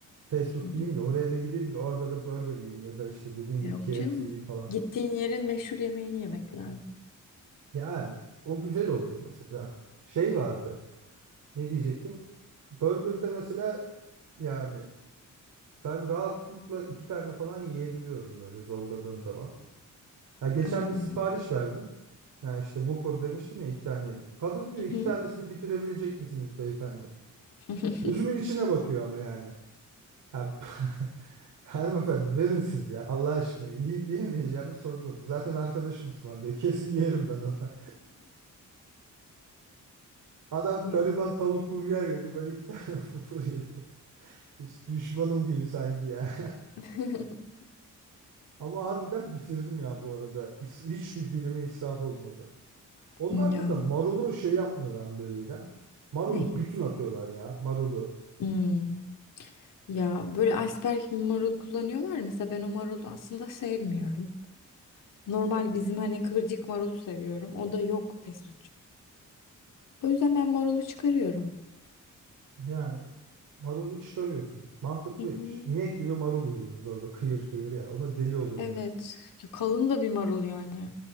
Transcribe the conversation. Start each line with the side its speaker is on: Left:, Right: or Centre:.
Right: Fast food
Left: Hmm.
Right: yiyeyim de oraya da gideyim de orada da burger yiyeyim ya da işte dediğin
Left: Yok
Right: gibi KFC
Left: canım.
Right: yiyeyim falan.
Left: Gittiğin yerin meşhur yemeğini yemek lazım.
Right: Yani o güzel oluyor mesela. Şey vardı. Ne diyecektim? Burger'da mesela yani ben rahatlıkla iki tane falan yiyebiliyorum böyle zorladığım zaman. Ya geçen
Left: Aa.
Right: bir sipariş verdim. Ya işte Whopper demiştim ya iki tane yedim. Kadın diyor
Left: Hı hı.
Right: iki tanesini bitirebilecek misiniz beyefendi?
Left: <laughs>
Right: Gözümün içine bakıyor ama yani. Ya, <laughs> hanımefendi verin siz ya Allah aşkına yiyip yemeyeceğimi sorguladım. Zaten arkadaşım ısmarlıyor kesin yerim ben ona. <laughs> Adam
Left: Ya.
Right: gariban tavuk burger yedi ben iki tane <laughs> fufur yedim. Hiç düşmanım gibi sanki ya.
Left: <laughs>
Right: <laughs> Ama harbiden bitirdim ya bu arada. İs- Hiçbir dilimi israf olmadı. Onlarda
Left: Ya.
Right: da marulu şey yapmıyorlar mı böyle İrem? Marulu
Left: Ne?
Right: bütün atıyorlar ya marulu.
Left: Hmm. Ya böyle iceberg marul kullanıyorlar. Mesela ben o marulu aslında sevmiyorum. Normal bizim hani kıvırcık marulu seviyorum. O da yok fast O yüzden ben marulu çıkarıyorum.
Right: Yani marulu çıkarıyorsun. Mantıklıymış.
Left: Hı hı.
Right: İnek gibi marulu yiyoruz orada kıyır kıyır ya. Ona deli oluyorum
Left: Evet.
Right: ben.
Left: Ya kalın da bir marul yani.